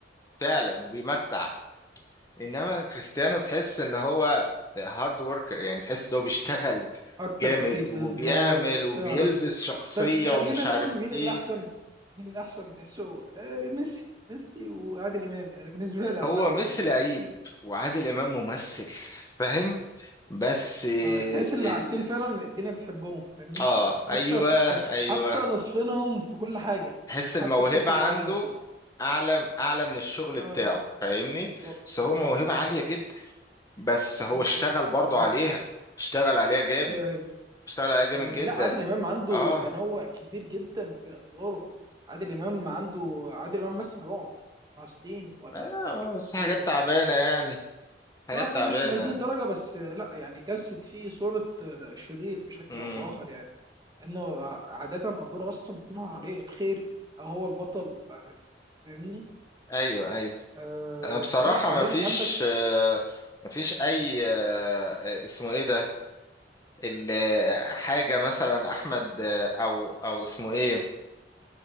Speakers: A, on the left (about 20°); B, on the right (about 20°).
A: فعلا وبيمتع انما كريستيانو تحس ان هو هارد وركر يعني تحس ان هو بيشتغل
B: اكتر
A: جامد
B: بكتير
A: وبيعمل
B: بالظبط اشتغل
A: وبيلبس
B: على نفسك
A: شخصية
B: بس خلينا
A: ومش
B: نقول
A: عارف
B: مين
A: ايه
B: اللي احسن مين اللي احسن تحسه آه ميسي ميسي وعادل امام يعني بالنسبه لي عامه
A: هو ميسي
B: يعني
A: لعيب وعادل امام ممثل فاهم بس
B: آه تحس ان الحاجتين
A: ال...
B: فعلا الدنيا بتحبهم فاهمني
A: اه
B: حتى
A: ايوه
B: في
A: ايوه
B: حتى نصفينهم في كل حاجه
A: تحس
B: يعني
A: الموهبة
B: حتى في كاس العالم
A: عنده اعلى اعلى من
B: فاهمني
A: الشغل
B: اه
A: بتاعه فاهمني
B: بالظبط
A: بس هو موهبة
B: بالظبط
A: عالية جدا بس هو
B: مم،
A: اشتغل برضه
B: معاك
A: عليها
B: في ده
A: اشتغل عليها جامد
B: ايوه ايوه
A: اشتغل عليها جامد
B: أيوة.
A: جدا
B: لا عادل امام عنده
A: اه
B: تنوع كبير جدا في ادواره عادل امام عنده عادل امام مثل رعب مع شتين ولا
A: آه،
B: ال- كانت
A: بس
B: ايه
A: حاجات تعبانة يعني حاجات
B: اه
A: تعبانة
B: مش لهذه الدرجه بس آه، لا يعني جسد فيه صوره آه، شرير بشكل
A: امم
B: او باخر يعني انه آه، عاده ادواره اصلا بتنور عليه الخير أو هو البطل يعني فاهمني
A: ايوه ايوه
B: آه
A: انا بصراحة
B: فلا بعدين
A: ما فيش
B: انت عندك
A: آه، ما فيش اي آه، اسمه ايه ده ال- آه، حاجة مثلا احمد آه، او او اسمه ايه